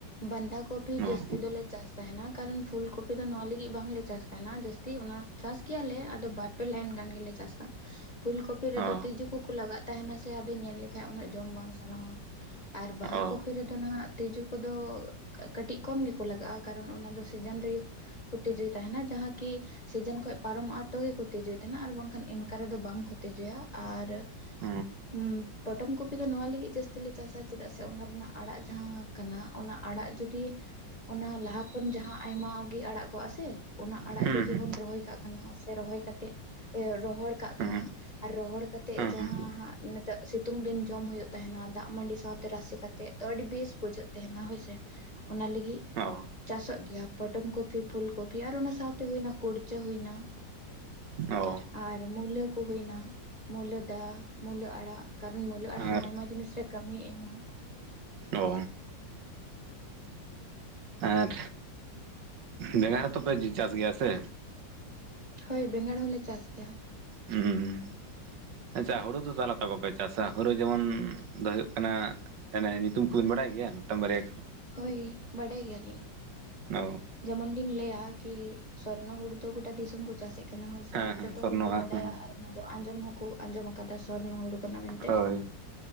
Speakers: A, on the left; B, on the right.
A: ᱵᱟᱸᱫᱷᱟ ᱠᱚᱯᱷᱤ
B: ᱚ
A: ᱡᱟᱹᱥᱛᱤ
B: ᱦᱮᱸ ᱚ
A: ᱫᱚᱞᱮ ᱪᱟᱥ ᱛᱟᱦᱮᱸᱱᱟ, ᱠᱟᱨᱚᱱ ᱯᱷᱩᱞ ᱠᱚᱯᱷᱤ ᱫᱚ ᱱᱚᱣᱟ ᱞᱟᱹᱜᱤᱫ ᱵᱟᱝᱞᱮ ᱪᱟᱥ ᱛᱟᱦᱮᱱᱟ, ᱡᱟᱹᱥᱛᱤ ᱚᱱᱟ ᱪᱟᱥ ᱜᱮᱭᱟ ᱞᱮ ᱟᱫᱚ ᱵᱟᱨ ᱯᱮ ᱞᱟᱭᱤᱱ ᱜᱟᱱ ᱜᱮᱞᱮ ᱪᱟᱥᱟ᱾ ᱯᱷᱩᱞ ᱠᱚᱯᱷᱤ ᱨᱮᱫᱚ
B: ᱦᱮᱸ
A: ᱛᱤᱸᱡᱩ
B: ᱦᱮᱸ
A: ᱠᱚ ᱠᱚ ᱞᱟᱜᱟᱜ ᱛᱟᱦᱮᱸᱱᱟ ᱥᱮ ᱟᱫᱚ ᱧᱮᱞ ᱞᱮᱠᱷᱟᱡ ᱩᱱᱟᱹᱜ ᱡᱚᱢ ᱵᱟᱝ ᱥᱟᱱᱟᱣᱟ᱾ ᱟᱨ ᱵᱟᱦᱟ
B: ᱚ
A: ᱠᱚᱯᱷᱤ
B: ᱦᱮᱸ
A: ᱨᱮᱫᱚ ᱱᱟᱦᱟᱜ ᱛᱮᱡᱳ ᱠᱚᱫᱚ ᱠᱟ-ᱠᱟᱹᱴᱤᱡ ᱠᱚᱢ ᱜᱮᱠᱚ ᱞᱟᱜᱟᱜᱼᱟ ᱠᱟᱨᱚᱱ ᱚᱱᱟ ᱫᱚ ᱥᱤᱡᱟᱱ ᱨᱮᱜᱮ ᱠᱩ ᱛᱮᱡᱩᱭ ᱛᱟᱦᱮᱸᱱᱟ ᱡᱟᱦᱟᱸ ᱠᱤ ᱥᱤᱡᱟᱹᱱ ᱠᱷᱚᱡ ᱯᱟᱨᱚᱢᱚᱜᱼᱟ ᱛᱚ ᱜᱮᱠᱚ ᱛᱤᱡᱩᱭ ᱛᱟᱦᱮᱱᱟ ᱟᱨ ᱵᱟᱝᱠᱷᱟᱱ ᱤᱱᱠᱟ ᱨᱮᱫᱚ ᱵᱟᱝᱠᱚ ᱛᱤᱡᱩᱭᱟ ᱟᱨ
B: ᱦᱩᱸ
A: ᱦᱩᱸ ᱯᱚᱴᱚᱢ ᱠᱩᱯᱤ ᱫᱚ ᱱᱚᱣᱟ ᱞᱤᱜᱤᱜ ᱡᱟᱥᱛᱤ ᱞᱮ ᱪᱟᱥᱟ᱾ ᱪᱮᱫᱟᱜ ᱥᱮ ᱚᱱᱟ ᱨᱮᱱᱟᱜ ᱟᱲᱟᱜ ᱡᱟᱦᱟᱸ ᱠᱟᱱᱟ ᱚᱱᱟ ᱟᱲᱟᱜ ᱡᱩᱫᱤ ᱚᱱᱟ ᱞᱟᱦᱟ ᱠᱷᱚᱱ ᱡᱟᱦᱟᱸ ᱟᱭᱢᱟᱜᱮ ᱟᱲᱟᱜ ᱠᱚᱜ ᱟ ᱥᱮ, ᱚᱱᱟ ᱟᱲᱟᱜ
B: ᱦᱩᱸ
A: ᱡᱩᱫᱤ ᱵᱚᱱ ᱨᱚᱦᱚᱭ ᱠᱟᱜ ᱠᱟᱱᱚ ᱥᱮ ᱨᱚᱦᱚᱭ ᱠᱟᱛᱮ ᱤᱭᱟᱹ ᱨᱚᱦᱚᱲ ᱠᱟᱜ
B: ᱦᱩᱸ
A: ᱠᱟᱱᱟ᱾ ᱟᱨ ᱨᱚᱦᱚᱲ ᱠᱟᱛᱮᱜ
B: ᱦᱩᱸ ᱦᱩᱸ
A: ᱡᱟᱦᱟᱸ
B: ᱦᱩᱸ
A: ᱦᱟᱸᱜ ᱱᱤᱛᱚᱜ ᱥᱤᱛᱩᱝ ᱫᱤᱱ ᱡᱚᱢ ᱦᱩᱭᱩᱜ ᱛᱟᱦᱮᱱᱟ ᱫᱟᱜᱢᱟᱹᱰᱤ ᱥᱟᱶ᱾ ᱛᱮᱨᱟᱥᱮ ᱠᱟᱛᱮᱜ ᱛᱚ ᱟᱹᱰᱤ ᱵᱮᱥ ᱵᱩᱡᱷᱟᱹᱜ ᱛᱟᱦᱮᱱᱟ ᱦᱳᱭᱥᱮ, ᱚᱱᱟ ᱞᱟᱹᱜᱤᱜ
B: ᱚ
A: ᱪᱟᱥᱚᱜ ᱜᱮᱭᱟ ᱯᱚᱴᱚᱢ ᱠᱚᱯᱤ, ᱯᱷᱩᱞ ᱠᱚᱯᱤ, ᱟᱨ ᱚᱱᱟ ᱥᱟᱶᱛᱮ ᱦᱩᱭᱱᱟ ᱠᱩᱲᱪᱟᱹ ᱦᱩᱭᱱᱟ᱾
B: ᱚ
A: ᱟᱨ ᱢᱩᱞᱟᱹ ᱠᱚ ᱦᱩᱭᱱᱟ, ᱢᱩᱞᱟᱹ ᱫᱟ, ᱢᱩᱞᱟᱹ ᱟᱲᱟᱜ, ᱠᱟᱨᱚᱱ ᱢᱩᱞᱟᱹ ᱟᱲᱟᱜ
B: ᱟᱨ
A: ᱢᱟ ᱟᱭᱢᱟ ᱡᱤᱱᱤᱥ ᱨᱮ ᱠᱟᱹᱢᱤᱭ ᱮᱢᱟ᱾
B: ᱚ ᱟᱨ ᱵᱮᱸᱜᱟᱲ ᱦᱚᱛᱚ ᱯᱮ ᱪᱟᱥ ᱜᱮᱭᱟ ᱥᱮ?
A: ᱦᱳᱭ ᱵᱮᱸᱜᱟᱲ ᱦᱚᱞᱮ ᱪᱟᱥ ᱜᱮᱭᱟ᱾
B: ᱦᱩᱸᱻ᱾ ᱟᱪᱪᱷᱟ ᱦᱳᱲᱳ ᱫᱚ ᱛᱟᱦᱚᱞᱮ ᱚᱠᱟ ᱠᱚᱯᱮ ᱪᱟᱥᱟ? ᱦᱩᱲᱩ ᱡᱮᱢᱚᱱ ᱫᱚ ᱦᱩᱭᱩᱜ ᱠᱟᱱᱟ ᱮᱱᱮ ᱧᱩᱛᱩᱢ ᱠᱚᱵᱤᱱ ᱵᱟᱲᱟᱭ ᱜᱮᱭᱟ ᱢᱤᱫᱴᱟᱝ ᱵᱟᱨᱭᱟ?
A: ᱦᱳᱭ ᱵᱟᱰᱟᱭ ᱜᱮᱭᱟᱞᱤᱧ᱾
B: ᱱᱚ᱾
A: ᱡᱮᱢᱚᱱ ᱜᱤᱧ ᱞᱟᱹᱭᱟ ᱠᱤ ᱥᱚᱨᱱᱚ ᱦᱩᱲᱩ ᱫᱚ ᱜᱚᱴᱟ ᱫᱤᱥᱚᱢ ᱠᱚ ᱪᱟᱥᱮᱫ ᱠᱟᱱᱟ ᱦᱳᱭ ᱥᱮ,
B: ᱦᱮᱸ
A: ᱟᱨ
B: ᱦᱮᱸ
A: ᱡᱚᱛᱚ
B: ᱥᱚᱨᱱᱚᱼᱟ
A: ᱦᱚᱲ ᱠᱚ ᱵᱟᱰᱟᱭᱟ
B: ᱦᱮᱸ
A: ᱟᱨ ᱚᱱᱟ ᱫᱚ ᱟᱸᱡᱚᱢ ᱦᱚᱸᱠᱚ ᱟᱸᱡᱚᱢ ᱠᱟᱫᱟ ᱥᱚᱨᱱᱚ ᱦᱩᱲᱩ ᱠᱟᱱᱟ ᱢᱮᱱᱛᱮ᱾
B: ᱦᱳᱭ